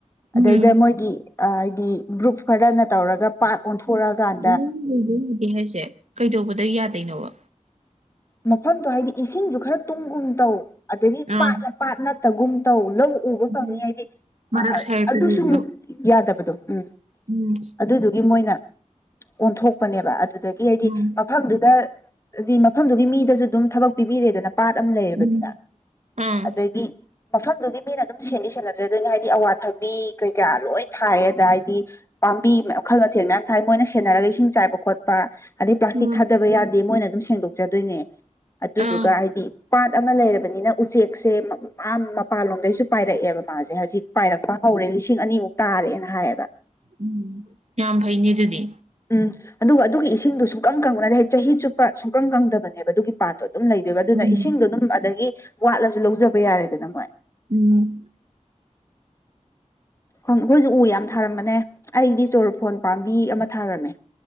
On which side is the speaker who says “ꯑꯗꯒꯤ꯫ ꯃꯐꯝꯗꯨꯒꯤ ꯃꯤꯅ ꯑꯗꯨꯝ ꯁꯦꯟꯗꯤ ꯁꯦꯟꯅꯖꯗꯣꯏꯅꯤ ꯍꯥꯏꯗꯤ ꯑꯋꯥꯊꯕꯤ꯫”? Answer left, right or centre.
Left